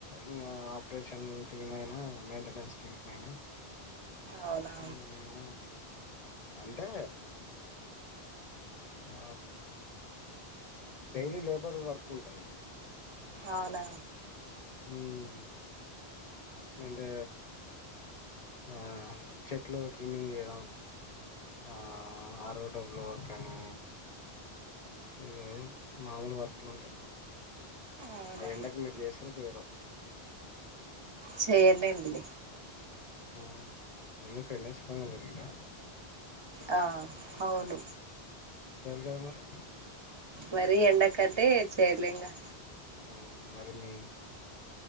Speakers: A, on the left (about 40°); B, on the right (about 30°).
A: ఇంకా ఆపరేషన్ టీమ్ అయినా మెయింటెనెన్స్ టీమ్ అయినా
B: అవునా
A: ఇంగేనా అంటే ఆ డైలీ లేబర్ వర్క్ ఉంటది.
B: అవునా
A: మ్... అంటే ఆ చెట్లు ట్రిమ్మింగ్ చేయడం. ఆ ఆ రో డబ్లో వర్కని ఇ మామూల్ వర్క్లు ఉంటయి.
B: అవునా
A: అ ఎండకి మీరు చేస్తారో చేయరో
B: చేయనండి.
A: మ్ ఎందుకు ఎండె సుఖంగా పెరిగరా
B: ఆ అవును.
A: గదా మరి
B: మరి ఎందుకంటే చేర్లేంగా
A: మ్ మరి మీ